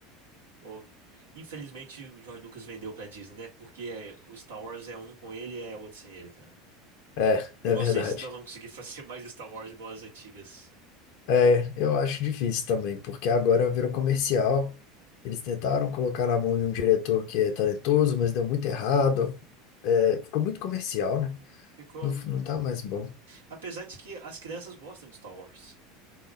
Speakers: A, on the right; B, on the left.
A: Ou- infelizmente o George Lucas vendeu pra Disney, né? Porque é- o Star Wars é um com ele e é outro sem ele, cara.
B: É,
A: Eu
B: é
A: não
B: verdade.
A: sei se nós vamos conseguir <laughs> fazer mais Star Wars igual as antigas.
B: É, eu acho difícil também, porque agora virou comercial, eles tentaram colocar na mão de um diretor que é talentoso, mas deu muito errado, é, ficou muito comercial, né?
A: Ficou.
B: Não, não tá mais bom.
A: Apesar de que as crianças gostam de Star Wars.